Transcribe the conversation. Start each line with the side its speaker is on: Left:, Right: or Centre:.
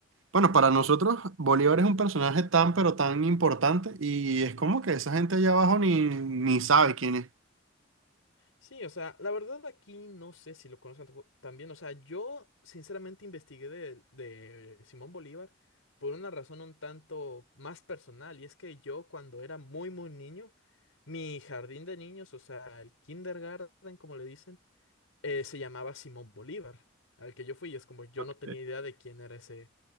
Right: Bueno, para nosotros Bolívar es un personaje tan, pero tan importante y es como que esa gente allá abajo ni, ni sabe quién es.
Left: Sí, o sea, la verdad aquí no sé si lo conocen tampo- también, o sea, yo sinceramente investigué de, de Simón Bolívar por una razón un tanto más personal, y es que yo cuando era muy, muy niño, mi jardín de niños, o sea, el kindergarten, como le dicen, eh, se llamaba Simón Bolívar, al que yo fui, y es como yo
Right: Ok,
Left: no tenía idea de quién era ese,